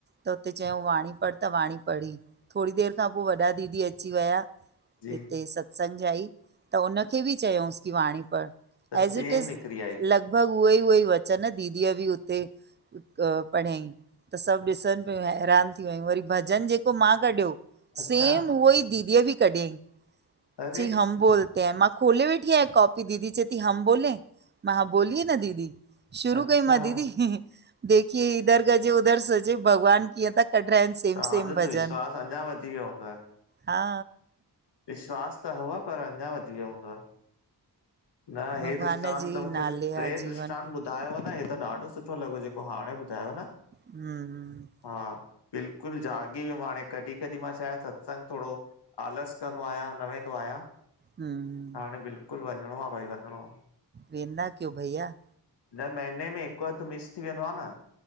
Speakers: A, on the right; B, on the left.
A: त हुते चयाऊं वाणी पढ़ त वाणी पढ़ी। थोरी देरि खां पोइ वॾा दीदी अची विया
B: जी
A: हिते सत्संग जा ई, त उन खे बि चयाऊंसि कि वाणी पढ़।
B: त
A: ऐज
B: सेम
A: इट इज़
B: निकिरी आई
A: लॻभॻि उहो ई -उहो ई वचन दीदीअ बि हुते पढ़ियईं त सभु ॾिसनि पयूं, ऐं हैरान थी वयूं वरी भजन जेको मां कढियो सेम
B: अच्छा
A: उहो ई दीदीअ बि कढियईं,
B: अरे
A: चयईं हम बोल ते मां खोले वेठी आहियां कॉपी दीदी चए थी हम बोलें! मां हा बोलीये न दीदी शुरू
B: अच्छा
A: कई मां दीदी हीं -ही, देखिए इधर का जो उधर सजे भॻवान कीअं त क कढराइन सेम-
B: तव्हांजो
A: सेम भॼन
B: त विश्वास अञा वधी वियो हूंदव।
A: हा
B: विश्वास त हुअव पर अञा वधी वियो हूंदव। न हे
A: भॻवान
B: त दृष्टानत
A: जे
B: त
A: ई
B: मूंखे
A: नाले
B: टे
A: आहे जीवन
B: दृष्टानत ॿुध ॿुधायव न हे त ॾाढो सुठो लॻो जेको हाणे ॿुधायव न
A: हम्म ह
B: हा बिल्कुल जाॻी वियुमि हाणे कॾहिं -कॾहिं मां छा आहे सत्संग थोरो आलस कंदो आहियां न वेंदो आहियां,
A: हम्म
B: हाणे बिल्कुल वञिणो आ भाई वञिणो आ।
A: वेंदा कयो भैया
B: न महीने में हिकु अध मिस थी वेंदो आ न